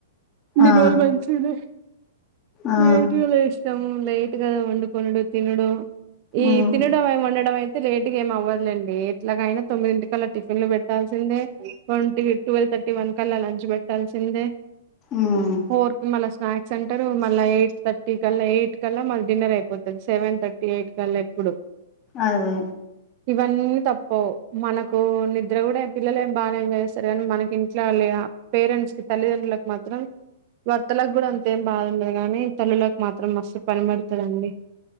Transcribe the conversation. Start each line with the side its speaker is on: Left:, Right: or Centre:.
Right: ఇన్ని
Left: ఆ
Right: రోజులు మంచిగనే
Left: ఆ
Right: లేట్ గా లేచినం లేట్ వండుకునుడు తినుడు ఈ
Left: ఉమ్
Right: తినడం వండడమై లేట్గా ఏం అవ్వదులేండి ఎట్లాగైనా తొమ్మిది ఇంటికల్ల టిఫిన్లు పెట్టాల్సిందే ఒంటి ట్వెల్వ్ థర్టీ వన్ కల్లా లంచ్ పెట్టాల్సిందే
Left: ఉమ్
Right: ఫోర్ కి మళ్ళా స్నాక్స్ అంటారు మళ్ళా ఎయిట్ థర్టీ టీ కల్లా ఎయిట్ కల్లా మ డిన్నర్ అయిపోతుంది సెవెన్ థర్టీ ఎయిట్ కల్లా ఎప్పుడు
Left: అదే
Right: ఇవన్నీ తప్పవు మనక్ కో నిద్ర కూడా ఏ పిల్లలు బానే ఎంజాయ్ చేస్తారు కానీ మనకి ఇంట్లో పేరెంట్స్కి తల్లిదండ్రులకు మాత్రం రయ్ భర్తలకు కూడా అంతేం బాగుండదు గానీ తల్లులకు మాత్రం మస్తు పని పడుతుందండి